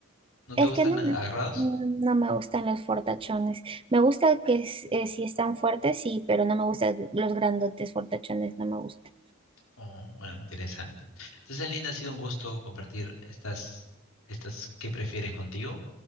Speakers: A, on the left; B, on the right.
A: ¿No
B: Es
A: te gustan
B: que no,
A: agarrados?
B: mm, no me gustan los fortachones. Me gusta que s- eh, si están fuertes, sí, pero no me gustan los grandotes fortachones, no me gustan.
A: Oh, bueno, interesante. Entonces, Linda, ha sido un gusto compartir estas, estas que prefieres contigo.